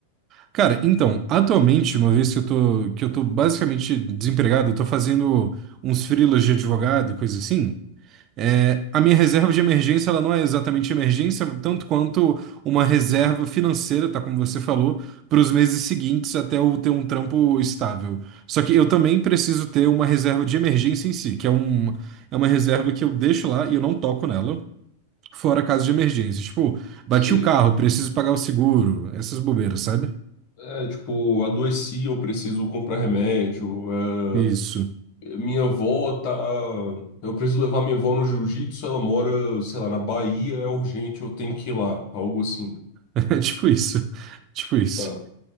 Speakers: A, on the right; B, on the left.
A: Cara, então, atualmente, uma vez que eu tô que eu tô basicamente desempregado, eu tô fazendo uns freelas de advogado e coisa assim. É, a minha reserva de emergência, ela não é exatamente emergência, tanto quanto uma reserva financeira, tá? Como você falou, para os meses seguintes até eu ter um trampo estável. Só que eu também preciso ter uma reserva de emergência em si, que é, um, é uma reserva que eu deixo lá e eu não toco nela, fora caso de emergência. Tipo, bati
B: Sei.
A: o carro, preciso pagar o seguro, essas bobeiras, sabe?
B: É, tipo, adoeci, eu preciso comprar remédio. é,
A: Isso. <laughs>
B: Minha avó tá. Eu preciso levar minha avó no jiu-jitsu, ela mora, sei lá, na Bahia, é urgente, eu tenho que ir lá, algo assim.
A: É tipo isso. Tipo isso.
B: Tá,